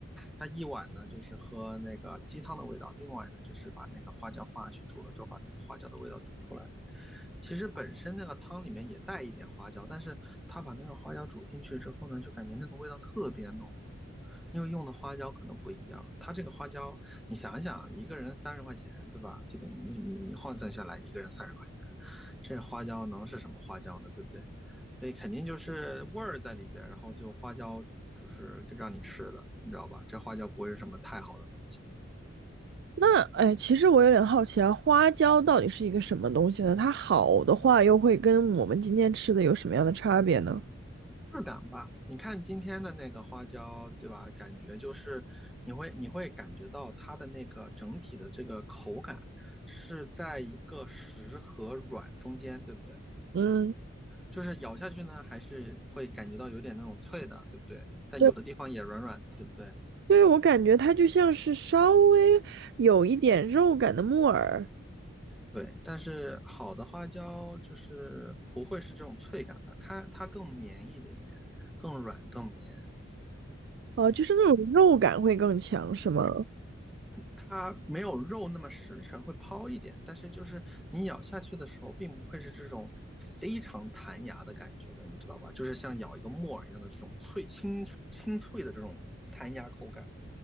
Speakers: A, in the centre; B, on the right.
A: 它一碗呢就是喝那个鸡汤的味道，另外呢就是把那个花椒放下去煮了之后，把那个花椒的味道煮出来。其实本身那个汤里面也带一点花椒，但是他把那个花椒煮进去之后呢，就感觉那个味道特别浓，因为用的花椒可能不一样。它这个花椒，你想一想啊，一个人三十块钱，对吧？就等于你你你换算下来，一个人三十块钱，这花椒能是什么花椒呢？对不对？所以肯定就是味儿在里边然后就花椒就是让你吃的，你知道吧？这花椒不会是什么太好的东西，
B: 那哎，其实我有点好奇啊，花椒到底是一个什么东西呢？它好的话，又会跟我们今天吃的有什么样的差别呢？
A: 质感吧？你看今天的那个花椒，对吧？感觉就是你会你会感觉到它的那个整体的这个口感是在一个实和软中间，对不对？
B: 嗯，
A: 就是咬下去呢，还是会感觉到有点那种脆的，对不对？但有的地方也软软的，
B: 对。
A: 对不对？
B: 对，我感觉它就像是稍微有一点肉感的木耳，
A: 对，但是好的花椒就是不会是这种脆感的，它它更绵一点点，更软更绵，
B: 哦、就是那种肉感会更强，是吗？
A: 它没有肉那么实诚，会抛一点，但是就是你咬下去的时候，并不会是这种非常弹牙的感觉的，你知道吧？就是像咬一个木耳一样的这种脆清清脆的这种弹牙口感。